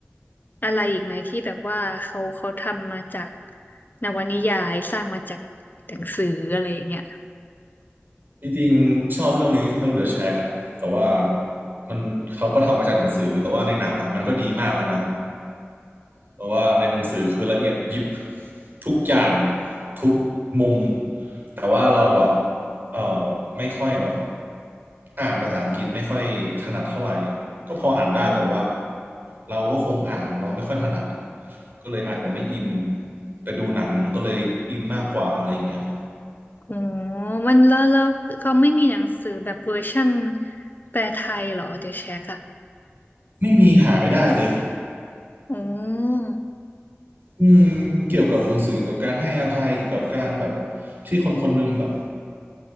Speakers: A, on the left; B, on the right.
A: อะไรอีกไหมที่แบบว่าเขาเขาทำมาจากนวนิยายสร้างมาจากหนังสืออะไรอย่างเงี้ย
B: จริงๆชอบเรื่องนี้เรื่อง The Shack อะแต่ว่ามันเขาก็ทำมาจากหนังสือแต่ว่าในหนังอะมันก็ดีมากแล้วนะเพราะว่าในหนังสือคือละเอียดยิบทุกอย่างทุกมุมแต่ว่าเราอะเอ่อไม่ค่อยแบบอ่านภาษาอังกฤษไม่ค่อยถนัดเท่าไหร่ก็พออ่านได้แต่ว่าเราก็คงอ่านเราไม่ค่อยถนัดอะก็เลยอาจจะไม่อินแต่ดูหนังก็เลยอินมากกว่าอะไรอย่างเงี้ย
A: อ๋อมันแล้วแล้วเขาไม่มีหนังสือแบบเวอร์ชั่นแปลไทยเหรอเดี๋ยวเช็คอะ
B: ไม่มีหาไม่ได้เลย
A: อ๋อ
B: อืมเกี่ยวกับหนังสือเกี่ยวกับการให้อภัยเกี่ยวกับการแบบที่คนคนหนึงแบบ